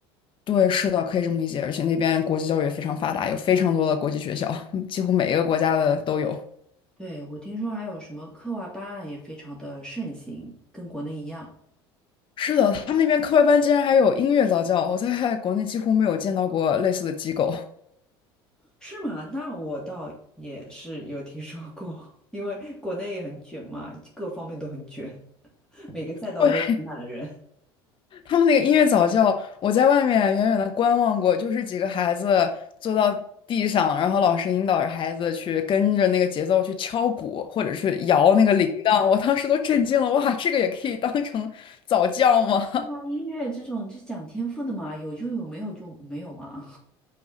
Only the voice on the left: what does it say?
对，是的，可以这么理解，而且那边国际教育也非常发达，有非常多的国际学校，<laughs> 几乎每一个国家的都有。
是的，他们那边课外班竟然还有音乐早教，我在国内几乎没有见到过类似的机构。
对，他们那个音乐早教，我在外面远远的观望过，就是几个孩子坐到地上，然后老师引导着孩子去跟着那个节奏去敲鼓，或者是摇那个铃铛。我当时都震惊了，哇，这个也可以当成早教吗？